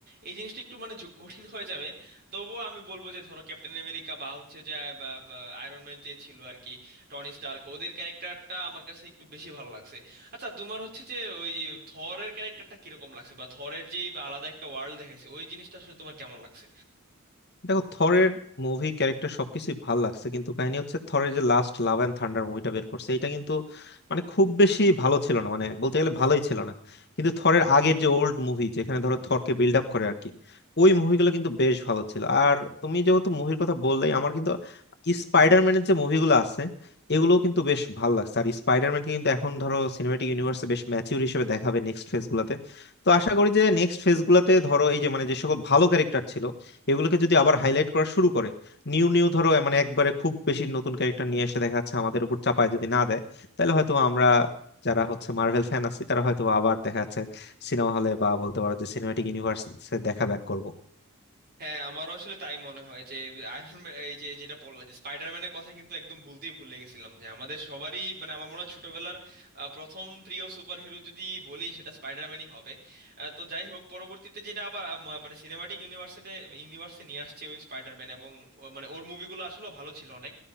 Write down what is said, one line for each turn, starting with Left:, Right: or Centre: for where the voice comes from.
Right: এই জিনিসটা একটু মানে যো- কঠিন হয়ে যাবে তবুও আমি বলবো যে ধরো ক্যাপ্টেন আমেরিকা বা হচ্ছে যে আয়রন ম্যান যে ছিল আর কি টনি স্টার্ক ওদের ক্যারেক্টারটা আমার কাছে একটু বেশি ভালো লাগছে আচ্ছা তোমার হচ্ছে যে ওই থরের ক্যারেক্টারটা কিরকম লাগছে বা থরের যেই বা আলাদা একটা ওয়ার্ল্ড দেখাইছে ওই জিনিসটা আসলে তোমার কেমন লাগছে
Left: দেখো থরের মুভি ক্যারেক্টার সবকিছুই ভাল লাগছে কিন্তু কাহিনী হচ্ছে থরের যে লাস্ট লাভ অ্যান্ড থান্ডার মুভিটা বের করছে এটা কিন্তু মানে খুব বেশি ভালো ছিল না মানে বলতে গেলে ভালোই ছিল না কিন্তু থরের আগের যে ওল্ড মুভি যেখানে ধরো থরকে বিল্ড আপ করে আর কি ওই মুভিগুলো কিন্তু বেশ ভালো ছিল আর তুমি যেহেতু মুভির কথা বললেই আমার কিন্তু স্পাইডারম্যানের যে মুভিগুলো আছে এগুলোও কিন্তু বেশ ভালো লাগছে আর স্পাইডারম্যানকে কিন্তু এখন ধরো সিনেমাটিক ইউনিভার্সে বেশ ম্যাচিউর হিসেবে দেখাবে নেক্সট ফেজ গুলাতে তো আশা করি যে নেক্সট ফেজ গুলাতে ধরো এই যে মানে যে সকল ভালো ক্যারেক্টার ছিল এগুলোকে যদি আবার হাইলাইট করা শুরু করে নিউ নিউ ধরো এ মানে একবারে খুব বেশি নতুন ক্যারেক্টার নিয়ে এসে দেখা যাচ্ছে আমাদের উপর চাপায় যদি না দেয় তাহলে হয়তো আমরা যারা হচ্ছে মার্ভেল ফ্যান আছি তারা হয়তো আবার দেখা যাচ্ছে সিনেমা হলে বা বলতে পারো যে সিনেমাটিক ইউনিভার্স দেখা ব্যাক করবো
Right: হ্যাঁ আমারও আসলে তাই মনে হয় যে আয়রন ম্যান এই যে যেটা বললাম যে স্পাইডারম্যানের কথা কিন্তু একদম বলতেই ভুলে গেছিলাম যে আমাদের সবারই মানে আমার মনে হয় ছোটবেলার আহ, প্রথম প্রিয় সুপারহিরো যদি বলি সেটা স্পাইডারম্যানই হবে আহ, তো যাই হোক পরবর্তীতে যেটা আবার আহ, ম- মানে সিনেমাটিক ইউনিভার্সিটি ইউনিভার্সে নিয়ে আসছে ওই স্পাইডারম্যান এবং ও- মানে ওর মুভিগুলো আসলে ভালো ছিল অনেক